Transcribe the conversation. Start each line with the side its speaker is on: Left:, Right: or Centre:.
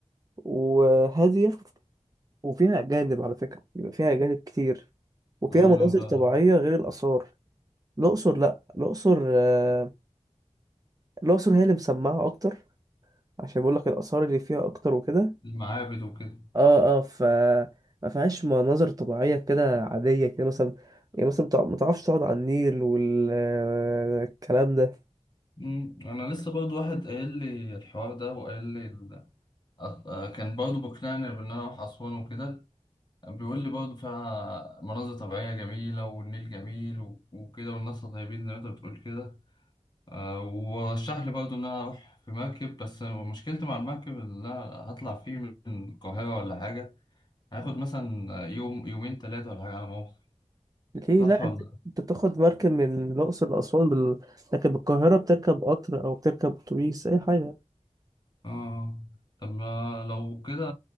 Right: وهادية وفيها أجانب على فكرة بيبقى فيها أجانب كتير وفيها
Left: اه
Right: مناظر
Left: انا بقى
Right: طبيعية غير الآثار الأقصر لا الأقصر آه، الأقصر هي اللي مسمعة أكتر عشان بقول لك الآثار اللي فيها أكتر وكده
Left: المعابد وكده
Right: اه اه ف ما فيهاش مناظر طبيعية كده عادية كده مثلا يعني مثلا بتع- ما تعرفش تقعد على النيل والكلام ده
Left: مم. انا لسه برضو واحد قايل لي الحوار ده وقال لي ال... أ- آه، كان برضو بقنعني بان انا اروح اسوان وكده بيقول لي برضو فيها مناظر طبيعيه جميله والنيل جميل و... وكده والناس طيبين زي ما انت بتقول كده آه ورشح لي برضو ان انا اروح في مركب بس مشكلتي مع المركب ان انا هطلع فيه من القاهره ولا حاجه هاخد مثلا يوم يومين ثلاثة ولا حاجة على ما أوصل
Right: ليه
Left: صح
Right: لا
Left: ولا
Right: انت انت بتاخد مركب من الأقصر لأسوان بال... لكن بالقاهرة بتركب قطر أو بتركب أتوبيس أي حاجة
Left: اه طب ما لو كده